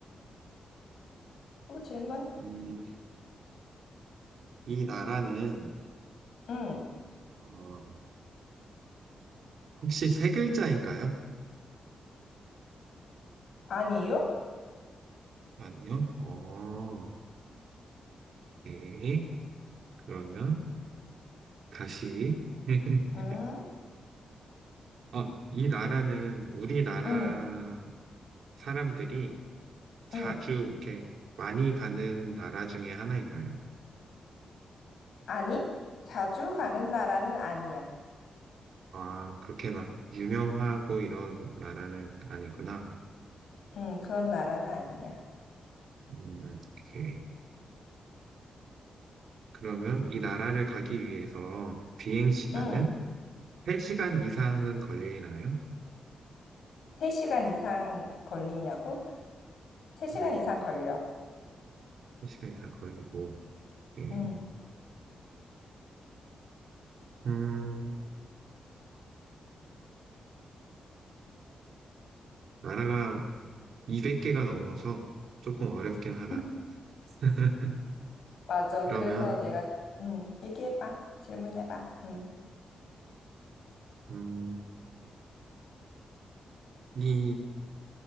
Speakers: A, on the left; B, on the right.
A: 또 질문?
B: 음, 이 나라는
A: 응.
B: 어, 혹시 세 글자인가요?
A: 아니요?
B: 아니요. 어, 네. 그러면 다시 <laughs>
A: 응.
B: 아, 이 나라는 우리나라
A: 응.
B: 사람들이 자주
A: 응.
B: 이렇게 많이 가는 나라 중에 하나인가요?
A: 아니? 자주 가는 나라는 아니야.
B: 아, 그렇게 막 유명하고 이런 나라는 아니구나.
A: 응, 그런 나라는 아니야.
B: 음, 오케이. 그러면 이 나라를 가기 위해서 비행 시간은
A: 응.
B: 3시간 이상은 걸리나요?
A: 세시간 이상 걸리냐고? 세시간
B: 음,
A: 이상 걸려.
B: 3시간 이상 걸리고. 오케이.
A: 응.
B: 음, 나라가 200개가 넘어서 조금 어렵긴 하다.
A: <laughs>
B: <laughs>
A: 맞아.
B: 그러면,
A: 그래서 내가, 음, 얘기해봐. 질문해봐. 음,
B: 음, 이